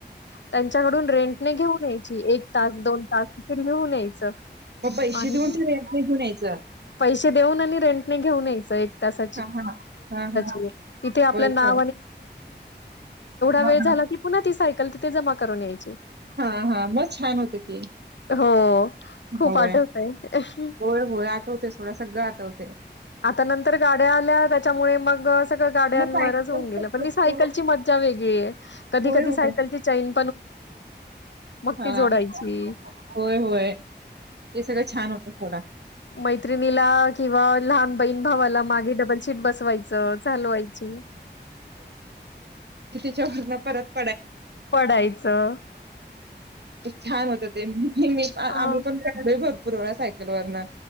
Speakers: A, on the left (about 75°); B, on the right (about 65°).
A: त्याच्याकडून रेंट नाही घेऊन यायची एक तास दोन तास त घेऊन यायचं
B: मग पैसे
A: आणि
B: देऊन ते रेंटने घेऊन यायचं
A: पैसे देऊन आणि रेंटने घेऊन येच त तथ
B: हां, हां. हां, हां.
A: ल तेवढा
B: होय काय?
A: वेळ
B: हां,
A: झाला
B: हां.
A: की पुन्हा ती सायकल तिथे जमा करून यायची
B: हा हा मग छान होत तेी
A: हो खूप
B: होय
A: आठवतंय.
B: होय होय आठवते थोडं सगळं आठवते
A: आता नंतर गाड्या आल्या त्याच्यामुळे मग सगळं गाड्यांवरच
B: मग सायकल
A: होऊन
B: शक्यतो
A: गेलं पण ती सायकलची मज्जा वेग की
B: होय, होय.
A: कीयण मग
B: हां.
A: त जोडायची
B: होय, होय. ते सगळं छान होतं सोडा.
A: मैत्रिणीला किंवा लहान बहीण भावाला मागे डबलशीट बसवायचं चालवायची
B: च्या व परत
A: पडायचं
B: ते छान होत तेहमी आम्ही
A: अ
B: पण त्या घडे भरतो पुरवळ्या सायकल वरन